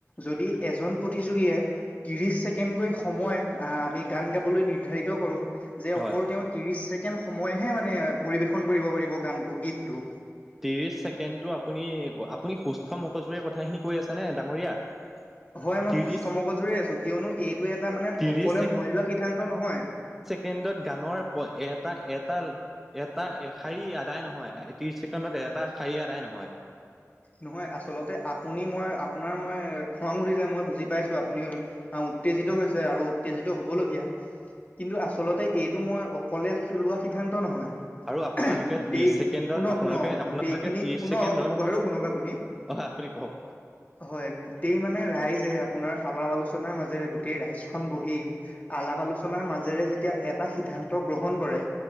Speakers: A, on the left; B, in the centre.
A: যদি এজন প্ৰতিযোগীয়ে ত্ৰিশ ছেকেণ্ডকৈ সময় আমি গান গাবলৈ নিৰ্ধাৰিত কৰোঁ। যে অকল
B: হয়
A: তেওঁ ত্ৰিশ ছেকেণ্ড সময়হে মানে পৰিবেশন কৰিব পাৰিব গানটো গীতটো।
B: ত্ৰিছ ছেকেণ্ডটো আপুনি আপুনি সুস্থ মগজোৰে কথাখিনি কৈ আছেনে ডাঙৰীয়া? <unintelligible>
A: হয় মই
B: ত্ৰিশ
A: সুস্থ মগজুৰে আছো কিয়নো এইটো এটা মানে
B: ত্ৰিশ
A: অকলে মই লোৱা সিদ্ধান্ত নহয়।
B: চেকেণ্ডত গানৰ এটা এটা এটা এশাৰী আদায় নহয় ত্ৰিশ ছেকেণ্ডত এটা শাৰী আদায় নহয়।
A: নহয় আচলতে আপুনি মই আপোনাৰ মই খং উঠি যায় মই বুজি পাইছো আপুনি উত্তেজিত হৈছে আৰু উত্তেজিত হ'বলগীয়া। কিন্তু আচলতে এইটো মই অকলে লোৱা সিদ্ধান্ত নহয়।
B: আৰু আপোনালোকে
A: গোটেই
B: ত্ৰিশ ছেকেণ্ডত
A: শুনক
B: আপোনালোকে
A: শুনক
B: আপোনালোকে
A: গোটেই খিনি
B: ত্ৰিশ
A: শুনক
B: ছেকেণ্ডত
A: মোক আৰু শুনক আপুনি
B: অ আপুনি কওক
A: হয় গোটেই মানে ৰাইজে আপোনাৰ আলাপ আলোচনাৰ মাজেৰে গোটেই ৰাইজ খন বহি আলাপ আলোচনাৰ মাজে জেৰে যেতিয়া এটা সিদ্ধান্ত গ্ৰহণ কৰে